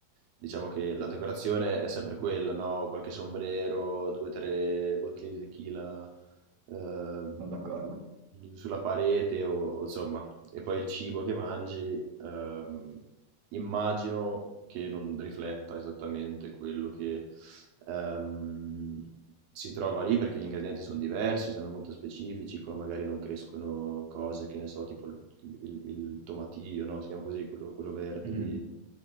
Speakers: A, on the right; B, on the right.
A: diciamo che la decorazione è sempre quella, no? Qualche sombrero, due o tre bottiglie di tequila eh,
B: Sono d'accordo.
A: sulla parete o o insomma E poi il cibo che mangi, ehm, immagino che non rifletta esattamente quello che ehm, si trova lì, perché gli ingredienti sono diversi, sono molto specifici, qua magari non crescono cose che ne so, tipo il, il- il tomatillo, no? Si chiama così, quello, quello verde
B: Mm.
A: lì.